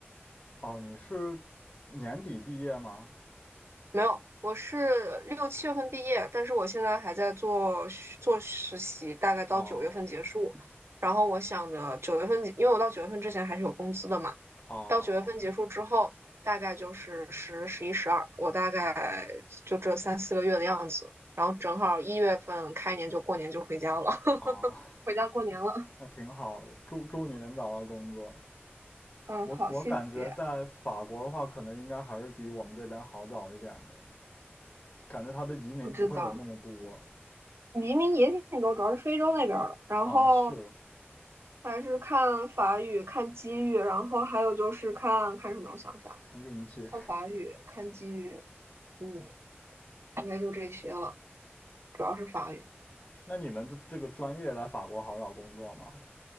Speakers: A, on the left; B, on the right.
A: 哦，你是年底毕业吗？
B: 没有，我是六七月份毕业，但是我现在还在做实做实习，大概到九月份结束。
A: 哦
B: 然后我想着九月份，因为我到九月份之前还是有工资的嘛，
A: 哦
B: 到九月份结束之后，大概就是十、十一、十二，我大概就这三四个月的样子。然后正好一月份开年就过年就回家了，<laughs>
A: 哦，
B: 回家过年了。
A: 那挺好的，祝祝你能找到工作。
B: 嗯，
A: 我我感觉在法国的话，
B: 好，谢谢。
A: 可能应该还是比我们这边好找一点的，感觉他的移民不会有那么多。
B: 不知道。移民也挺多，主要是非洲那边儿的。然后
A: 啊，是
B: 还是看法语、看机遇，然后还有就是看看什么？我想一下，
A: 看运气。
B: 看法语、看机遇，嗯，应该就这些了，主要是法语。
A: 那你们这这个专业在法国好找工作吗？